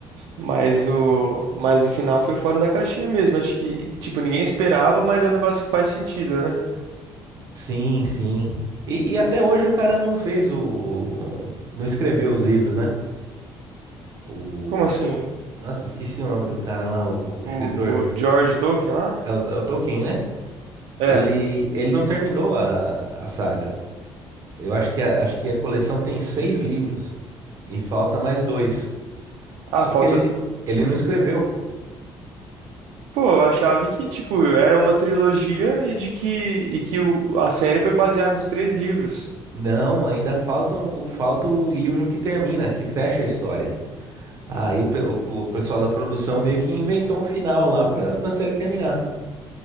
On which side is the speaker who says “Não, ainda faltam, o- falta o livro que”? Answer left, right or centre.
Right